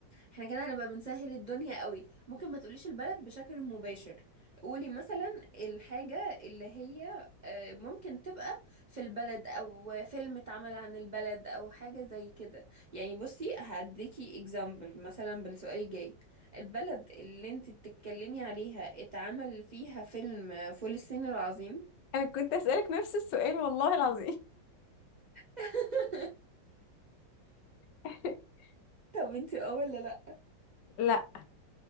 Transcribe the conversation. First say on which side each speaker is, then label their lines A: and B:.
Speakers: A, on the right; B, on the left.
A: احنا كده هنبقى بنسهل الدنيا قوي ممكن ما تقوليش البلد بشكل مباشر قولي مثلا الحاجة اللي هي آه ممكن تبقى في البلد او فيلم اتعمل عن البلد او حاجة زي كده يعني بصي هديكي example مثلا بالسؤال الجاي البلد اللي انت بتتكلمي عليها اتعمل فيها فيلم فول الصين العظيم
B: انا كنت اسالك نفس السؤال والله العظيم
A: <laughs>
B: <laughs>
A: طب انت اه ولا لا
B: لا